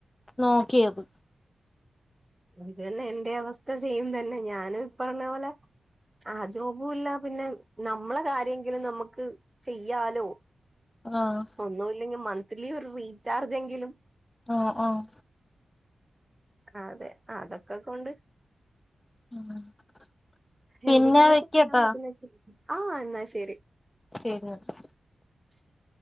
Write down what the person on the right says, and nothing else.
ഇത് തന്നെ എന്റെ അവസ്ഥ സെയിം തന്നെ ഞാനും ഈ പറഞ്ഞ പോലെ ആഹ് ജോബും ഇല്ല പിന്നെ നമ്മളെ കാര്യങ്കിലും നമക്ക് ചെയ്യാലോ.
ഒന്നുല്ലെങ്കി മന്ത്ലി ഒരു റീചാർജ് എങ്കിലും
ആ അതെ അതൊക്കെ കൊണ്ട്
എന്തെങ്കിലൊക്കെ
ചെയ്യാപറ്റുന്നെ ചെയ് ആ് എന്നാ ശെരി.
<inaudible>